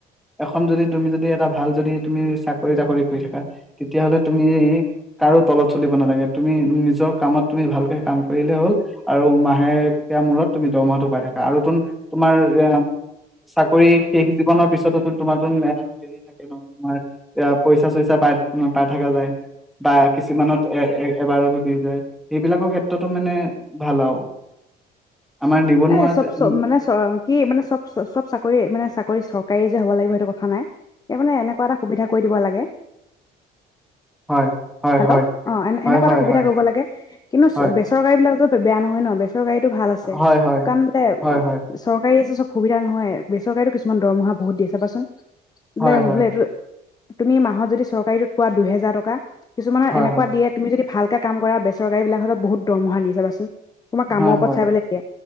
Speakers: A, in the centre; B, on the left.
A: এস যদি তুমি যদি এটা ভাল যদি তুমি চাকৰি তাকৰি কৰি থাকা তেতিয়াহ'লে তুমি কাৰো তলত চলিব নেলাগে তুমি নিজৰ কামত তুমি ভালকে কাম কৰিলে হ'ল আৰু মাহেকীয়া মূৰত তুমি দৰমাহাটো পাই থাকা আৰু তোন তোমাৰ এ চাকৰি শেষ জীৱনৰ পিছত তোমাৰোন আৰু হেৰি থাকে ন তোমাৰ পইচা চইচা প পাই থকা যায় বা কিছুমানত এ এ এবাৰতো দি যায় সেইবিলাকৰ ক্ষেত্ৰতো মানে ভাল আৰু আমাৰ নিবনুৱাত
B: এ চব চব
A: উম,
B: মানে চ কি মানে চব চব চৰি মানে চাকৰি চৰকাৰী যে হ'ব লাগিব সেইটো কথা নাই স মানে এনেকুৱা এটা সুবিধা কৰি দিব লাগে
A: হয় হয়
B: হেল্ল'
A: হয়
B: অ এ
A: হয়
B: এনেকুৱা
A: হয়
B: এটা সুবিধা
A: হয়
B: কৰিব লাগে কিন্তু
A: হয়
B: বেচৰকাৰী বিলাকত বেয়া নহয় ন বে গাড়ীতটো ভাল আছে
A: হয় হয়
B: কাৰণ বোলে
A: হয় হয়
B: চৰকাৰী আছে চ সুবিধা নহয় বেচৰকাৰীো কিছুমান দৰমহা বহুত দিয়ে চাবাচোন ব্লেম
A: হয় হয়
B: ব্লে তুমি মাহত যদি চৰকাৰীটোত পোৱা দুহেজাৰ টকা কিছুমান
A: হয়
B: এনেকুৱা
A: হয়
B: দিয়েুমি যদি ভালকে কাম কৰা বেচৰকাৰী বিলাকত বহুত দৰমহা দিছে বাাচোন তোমাৰ কামৰ
A: হয়
B: ওপৰত
A: হয়
B: চাই পেলাই এতিয়া